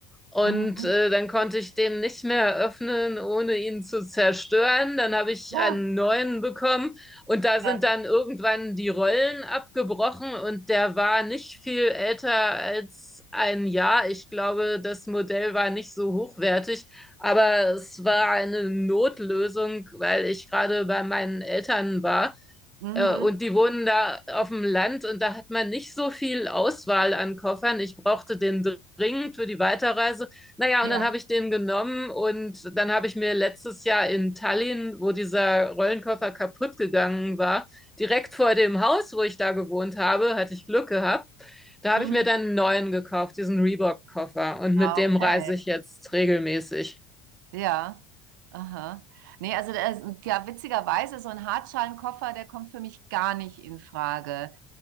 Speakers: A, in the centre; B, on the right (about 85°).
A: und
B: Mhm.
A: äh, dann konnte ich den nicht mehr öffnen, ohne ihn zu zerstören. Dann habe ich
B: Ja,
A: einen neuen bekommen. Und da sind
B: ja.
A: dann irgendwann die Rollen abgebrochen und der war nicht viel älter als ein Jahr. Ich glaube, das Modell war nicht so hochwertig, aber es war eine Notlösung, weil ich gerade bei meinen Eltern war
B: Mhm.
A: äh, Und die wohnen da auf dem Land und da hat man nicht so viel Auswahl an Koffern. Ich brauchte den dringend für die Weiterreise. Naja,
B: Ja.
A: und dann habe ich den genommen und dann habe ich mir letztes Jahr in Tallinn, wo dieser Rollenkoffer kaputt gegangen war, direkt vor dem Haus, wo ich da gewohnt habe, hatte ich Glück gehabt. Da
B: Mhm.
A: habe ich mir dann einen neuen gekauft, diesen Reebok-Koffer. Und
B: Okay.
A: mit dem reise ich jetzt regelmäßig.
B: Ja, aha. Nee, also da ist- ja, witzigerweise, so ein Hartschalenkoffer, der kommt für mich gar nicht in Frage.